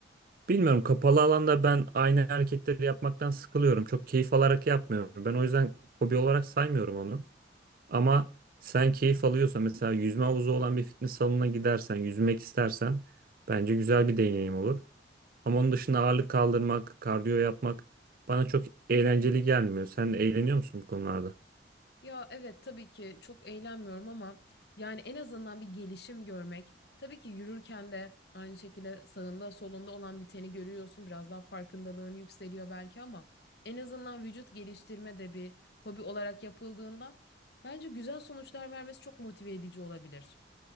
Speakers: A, on the right; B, on the left.
A: bilmiyorum kapalı alanda ben aynı hareketleri yapmaktan sıkılıyorum. Çok keyif alarak yapmıyorum. Ben o yüzden hobi olarak saymıyorum onu. Ama sen keyif alıyorsan mesela yüzme havuzu olan bir fitness salonuna gidersen, yüzmek istersen bence güzel bir deneyim olur. Ama onun dışında ağırlık kaldırmak, kardiyo yapmak bana çok eğlenceli gelmiyor. Sen eğleniyor musun bu konularda?
B: Ya evet tabii ki çok eğlenmiyorum ama yani en azından bir gelişim görmek. Tabii ki yürürken de aynı şekilde sağında solunda olan biteni görüyorsun. Biraz daha farkındalığın yükseliyor belki ama en azından vücut geliştirme de bir hobi olarak yapıldığında bence güzel sonuçlar vermesi çok motive edici olabilir.